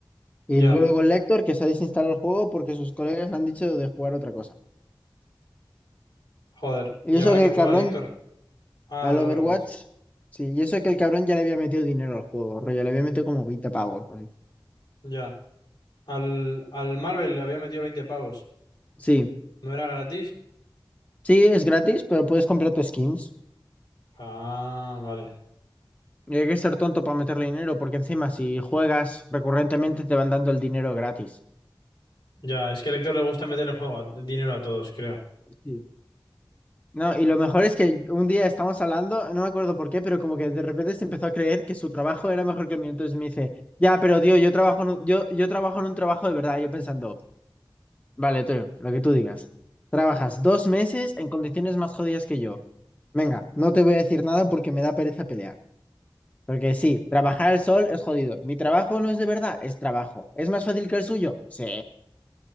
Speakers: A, on the left; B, on the left.
A: Y
B: Ya.
A: luego el Lector que se ha desinstalado el juego porque sus colegas le han dicho de jugar otra cosa.
B: Joder.
A: Y
B: ¿Y
A: eso
B: ahora
A: que
B: qué
A: el
B: juega
A: cabrón
B: el Héctor? Ah,
A: al
B: al
A: Overwatch,
B: Overwatch.
A: sí, y eso que el cabrón ya le había metido dinero al juego, rollo, le había metido como veinte pavos. por ahí.
B: Ya. Al, al Marvel le había metido 20 pavos.
A: Sí,
B: ¿No era gratis?
A: sí, es gratis, pero puedes comprarte skins.
B: Ah, vale.
A: Y hay que ser tonto para meterle dinero, porque encima si juegas recurrentemente te van dando el dinero gratis.
B: Ya, es que al Héctor le gusta meterle juego a- dinero a todos, creo.
A: Sí. No, y lo mejor es que un día estamos hablando, no me acuerdo por qué, pero como que de repente se empezó a creer que su trabajo era mejor que el mío. Entonces me dice, ya, pero tío, yo trabajo en un, yo, yo trabajo en un trabajo de verdad. Yo pensando, vale, tío, lo que tú digas. Trabajas dos meses en condiciones más jodidas que yo. Venga, no te voy a decir nada porque me da pereza pelear. Porque sí, trabajar al sol es jodido. Mi trabajo no es de verdad, es trabajo. ¿Es más fácil que el suyo? Sí.